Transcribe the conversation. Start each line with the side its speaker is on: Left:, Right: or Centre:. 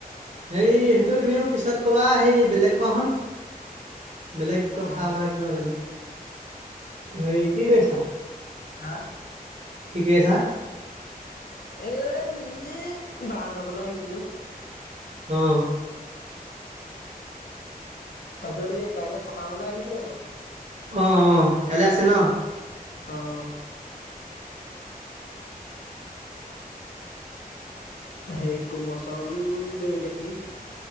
Right: হেই সেইটো তুমিও পিছত কবা সেই বেলেগ কোৱা হুোন বেলেগ কথা
Left: অ'
Right: বা কিবা বেলেগ হেৰি কি কৰিছা
Left: হা?
Right: কি কৰিছা
Left: এ এনেই বা হতৰ ঘৰলে আহিছিলো
Right: আহ
Left: তাৰপিছত এই কাইলৈ সকামলৈ আহিবি আকৌ
Right: অ অ কাইলৈ আছে ন
Left: আহ সেই কোমল চাউল দৈ গাখীৰ